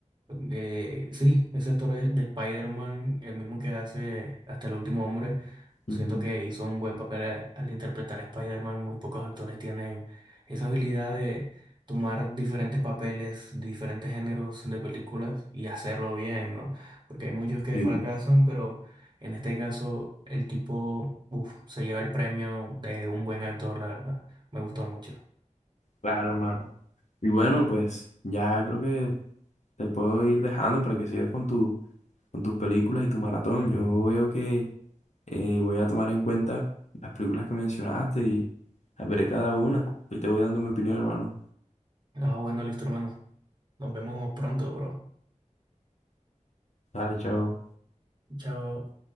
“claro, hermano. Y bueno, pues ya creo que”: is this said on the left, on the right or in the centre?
Left